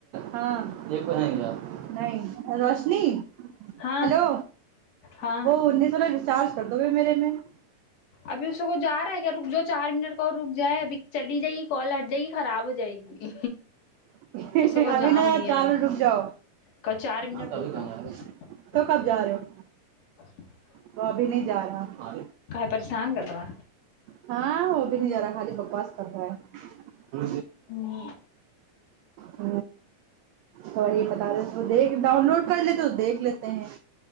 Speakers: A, on the right; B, on the left.
A: ہاں ج کو نہیں روشنی
B: ہاں
A: ہیلو
B: ہاں
A: وہ انیس سو ڈسچارج <unintelligible> س دوو میرے میں <unintelligible>
B: ابھی اس کو جا رہا ہے کیا رک ج چار منٹ کا اور رک جائے ابھی چلی جائےے کال جائے گی خراب ہو جائے گی
A: ابھی
B: اس سے کو جاؤ
A: نا یار,
B: نہیں
A: چار
B: ابھی
A: منٹ رک جاؤ
B: ک چار منٹ
A: ہاں تو
B: رک
A: ابھی
B: جاؤ
A: کہاں
B: <unintelligible>
A: جا رہے ہو کب جا رہے ہو <unintelligible>
B: چ <inaudible>
A: تو ابھی نہیں جا رہا
B: پریشان کر رہا
A: ہاں وہ بھی نہیں جا رہا خالی بکواس کر رہا ہے <unintelligible> <inaudible>
B: ہے
A: ہ تو وہی بتا رہے تو دیکھ ڈاؤن لوڈ کر لیتے تو دیکھ لیتے ہیں